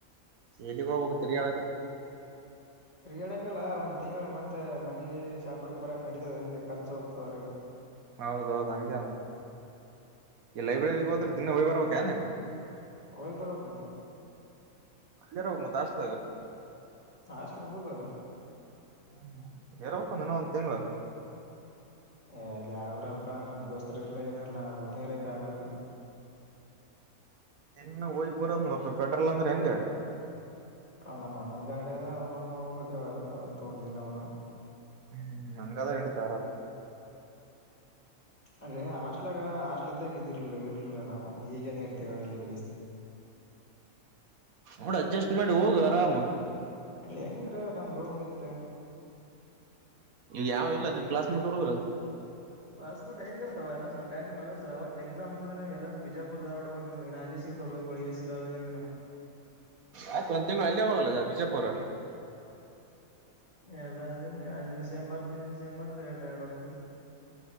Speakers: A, on the right (about 75°); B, on the left (about 25°).
A: ಎಲ್ಲಿಗೆ ಹೋಗಬೇಕು ತಿರಿಗ್ಯಾಡಾಕ.
B: ತಿರ್ಗಾಡಕಲ್ಲ ಒಂದ ತಿಂಗಳ ಮತ್ತೆ ಮನೆಗೆ ಶಾಪೂರಕ ಬರಕ್ ನಡತದೆ ಅಂದೆ ಖರ್ಚು ಹೋಗ್ತದ ಹೊರಗ.
A: ಹೌದೌದು! ಹಂಗೆ ಆದ ಮತ್ ಈ ಲೈಬ್ರರಿಗೆ ಹೋದ್ರೆ ದಿನ ಹೋಗ ಬರಬೇಕನೆ
B: ಹೋಗ್ ಬರ್ಬೇಕು ಮತ್ತೇ.
A: ಇಲ್ಲೆ ಇರು ಮತ್ತ ಹಾಸ್ಟೆಲಾದಾಗ.
B: ಹಾಸ್ಟೆಲ್ ಹೋಗಲಾ
A: ಹ್ಮ, ಇರಬೇಕಲ ಇನ್ನಾ ಒಂದ ತಿಂಗಳ
B: ಏ ಅಲ್ಲಿ ಯಾರ ಇರ ಅಲ್ ಬಿಡಾ ಅಣ್ಣ ನಮ್ ದೋಸ್ತರ್ ಇರಲ್ಲಾ ಏನ ಇರಲ್ಲಾ ಒಬ್ಬನ ಇರಕ ಆಗಲ್ಲ ಅಲ್ಲಿ.
A: ದಿನ್ನ ಹೋಗಿ ಬರೋದುಪೆಟ್ರೋಲ್ ಅಂದ್ರ ಹೆಂಗ.
B: ಅವ್ನ ನಮ್ಮ ಅಣ್ಣಂದ ಗಾಡಿ ಅದ ಅವ್ನು ನವುನ <unintelligible> ಹೋಗಬೇಕಾವ ಅದ ತಗೊಂಡಿದಿನಿ ಅವನು
A: ಹ್ಮ್, ಅಂಗಾದರ ನೆಡಿತಾದ ಆರಾಮ.
B: ಅಂದರೆ ಹಾಸ್ಟ್ ಗ ಹಾಸ್ಲ್ ಇದ್ದಾಗ ಇದಿರಲಿಲ್ಲ ಇರಲಿಲ್ಲಾ ನಾವು. ಈಗೇನ ಇರ್ತೀವಿ ಹೇಳ ಅಲ್ಲಿ ಹೋಗೇಸಿಂದ.
A: ನೋಡ ಅಡ್ಜಸ್ಟ್ಮೆಂಟ್ ಮಾಡಿಹೋಗು ಆರಾಮ.
B: ಅಲ್ಲಿ ಹೆಂಗಿದ್ರ ನಮ್ ರೂಮ್ ಇತ್ತ.
A: ಗ ಯಾವ ಇಲ್ಲ ಏನ್ ನಿಮ್ ಕ್ಲಾಸಮೇಟ್ ಹುಡುಗರು.
B: ಕ್ಲಾಸಮೇಟ್ ಹೆಂಗ ಇರ್ತಾವ ಎಲ್ಲಸು ನಮ ಬ್ಯಾಚ್ನಿವು ಎಲ್ಲಸು ಅವತ್ ಎಕ್ಸಾಮ್ ಹೋಗುದ ಎಲ್ಲ ಬಿಜಾಪುರ ಧಾರ್ವಾಡ ಹೋಗ್ಯಾರ್ ಇನ್ ಅಲ್ಲಿಸು ಸಿಗ್ತಾವ ರೂಮಗಳು ಎಲ್ಲಿ ಸಿಗಲರದಂಗ ಆಗ್ಯಾವ ನಮಗ.
A: ಆಯ್ತು ಒಂದ್ ತಿಂಗಳು ಅಲ್ಲೆ ಹೋಗಲ್ಲ ಬಿಜಾಪುರ.
B: ಎಲ್ಲ ಅಲ್ಲಿ ಅಲ್ಲಿನು ಸೇಮ್ ಬರತ್ ಇಲ್ಲಿನು ಬರ್ತ ರೇಟ ರೊಕ್ಕ.